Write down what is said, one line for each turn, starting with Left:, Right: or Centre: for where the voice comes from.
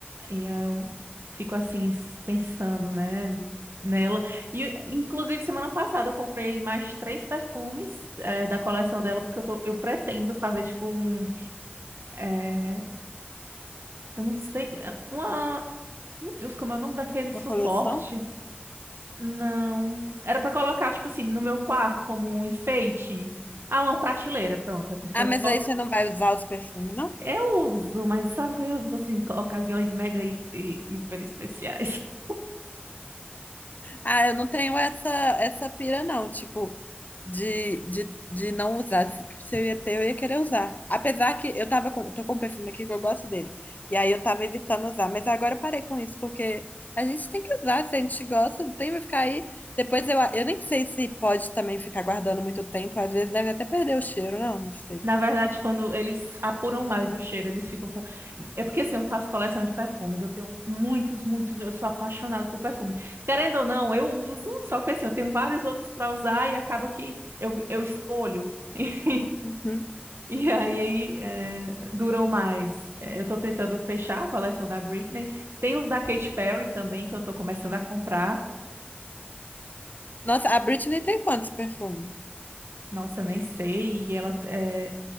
Right: E eu fico assim, s- pensando, né? Nela. E, inclusive, semana passada eu comprei mais três perfumes eh, da coleção dela, porque eu, tô, eu pretendo fazer, tipo, um... eh, eu não sei... eh, Uma... Meu Deus, como é o nome daquele suporte?
Left: Na coleção?
Right: Não. Era pra colocar, tipo assim, no meu quarto como um enfeite. Ah, uma prateleira, pronto. É porque
Left: Ah,
Right: eu
Left: mas
Right: tô.
Left: aí você não vai usar os perfumes, não?
Right: Eu uso, mas sabe que eu uso assim, co- ocasiões mega e, e hiper especiais. <laughs>
Left: Ah, eu não tenho essa, essa pira, não, tipo, de, de, de não usar. Se, se eu ia ter, eu ia querer usar. Apesar que eu tava com, tô com um perfume aqui que eu gosto dele. E aí eu tava evitando usar. Mas agora eu parei com isso, porque a gente tem que usar. Se a gente gosta, não tem que ficar aí. Depois eu, eu nem sei se pode também ficar guardando muito tempo. Às vezes deve até perder o cheiro, não, não sei.
Right: Na verdade, quando eles apuram mais o cheiro, eles ficam com. É porque assim, eu faço coleção de perfumes. Eu tenho muitos, muitos. Eu sou apaixonada por perfume. Querendo ou não, eu uso, só que assim, eu tenho vários outros pra usar e acaba que eu, eu escolho. <laughs>
Left: Uhum.
Right: <laughs> E aí, é, duram mais. É, eu tô tentando fechar a coleção da Britney. Tem os da Katy Perry também, que eu tô começando a comprar.
Left: Nossa, a Britney tem quantos perfumes?
Right: Nossa, eu nem sei. E ela, é,